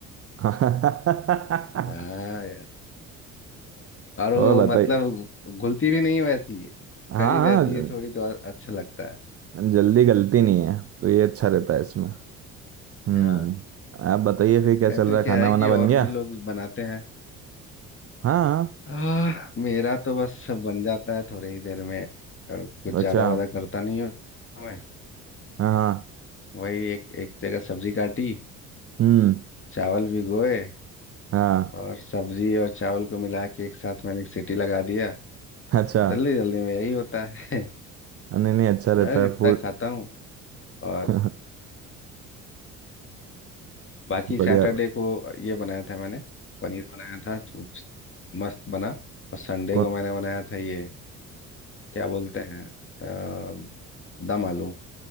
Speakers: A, on the right; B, on the left.
A: <laughs> अ,
B: हाँ यार और वो
A: और बताइए
B: मतलब घुलती भी नहीं है वैसी
A: हाँ
B: खड़ी रहती
A: हाँ
B: है थोड़ी तो और अच्छा लगता है
A: जल्दी गलती नहीं है तो ये अच्छा रहता है इसमें हम्म
B: हाँ
A: आप बताइए
B: हाँ
A: फिर क्या
B: नहीं
A: चल
B: तो
A: रहा है
B: क्या
A: खाना
B: है
A: वाना
B: कि
A: बन
B: और
A: गया
B: भी लोग बनाते हैं
A: हाँ हाँ
B: आह, मेरा तो बस बन जाता है थोड़ी ही देर में अ, कुछ
A: अच्छा
B: ज्यादा वादा करता नहीं हूँ मैं।
A: हाँ हाँ
B: वही एक एक जगह सब्जी काटी
A: हम्म
B: चावल भिगोए
A: हाँ
B: और सब्जी और चावल को मिला के एक साथ मैंने एक सीटी लगा दिया
A: अच्छा
B: जल्दी जल्दी में यही होता है
A: नहीं नहीं अच्छा रहता
B: <laughs> हाँ,
A: है
B: इतना
A: फूड
B: खाता हूँ और
A: <laughs>
B: बाकी
A: बढ़िया
B: सैटरडे को ये बनाया था मैंने पनीर बनाया था तो मस्त बना और संडे
A: कौन
B: को मैंने बनाया था ये क्या बोलते हैं अ, दम आलू